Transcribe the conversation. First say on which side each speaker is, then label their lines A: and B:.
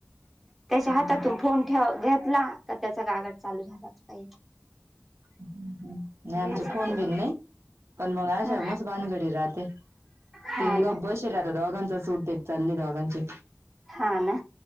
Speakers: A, in the centre; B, on the right (about 60°).
A: त्याच्या हातातून
B: नाही
A: फोन ठेव घेतला का त्याचा कागड चालू झालाच पाहिजे
B: नाही आमचे
A: असं
B: फोन
A: ते
B: बिन नाही पण मग अशा
A: ह
B: मस बाधगडी राहते
A: हा
B: तिन गब
A: ना
B: बसेल आता दोघांच सूट देत चालली दोघांचे
A: हा ना